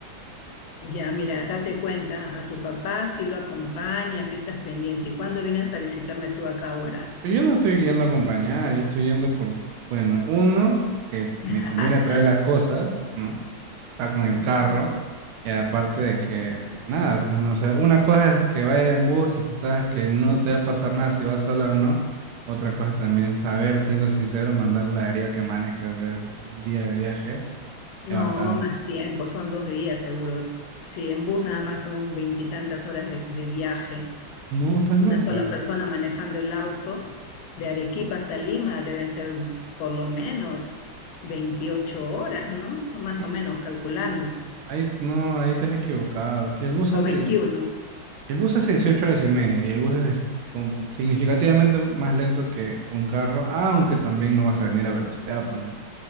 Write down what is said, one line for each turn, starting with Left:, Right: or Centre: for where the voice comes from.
Left: Ya, mira, date cuenta, a tu papá si lo acompañas, si estás pendiente. ¿Y cuándo vienes a visitarme tú acá a Huaraz?
Right: Pero yo no estoy yendo a acompañar, yo estoy yendo por, bueno, uno, que
Left: <laughs>
Right: me conviene traer las cosas, ¿no? Está con el
Left: Ujú.
Right: carro, y aparte de que, nada, pues no sé, una cosa es que vaya en bus y que estás, que no te va a pasar nada si vas sola o no. Otra cosa es también saber, siendo sincero, mandar la deriva que maneje, pues, un día de viaje
Left: No,
Right: es bastante.
Left: más tiempo, son dos días seguro. Si en bus nada más son veintitantas horas de, de viaje
Right: No, estás
Left: una
Right: loca.
Left: sola persona manejando el auto, de Arequipa hasta Lima deben ser por lo menos 28 horas, ¿no? Más
Right: No,
Left: o menos calculando,
Right: no, no. Ahí, no, ahí te has equivocado. Si el bus hace
Left: o 21.
Right: El bus hace 18 horas y media y el bus es con- significativamente más lento que un carro, aunque también no vas a venir a velocidad, pues, ¿no?